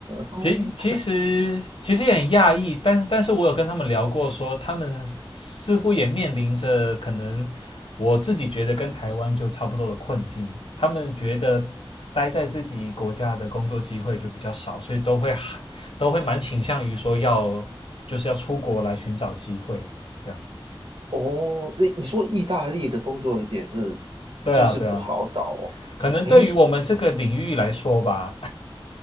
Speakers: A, on the right; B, on the left.
A: 他们
B: 其其实其实也很讶异，但但是我有跟他们聊过说，他们似乎也面临着可能我自己觉得跟台湾就差不多的困境。他们觉得待在自己国家的工作机会就比较少，所以都会都会蛮倾向于说要就是要出国来寻找机会这样子。
A: 哦，你你说意大利的工作也是，
B: 对啊，
A: 就是不好找哦。
B: 对啊。可能对于我们这个领域来说吧，
A: 哎，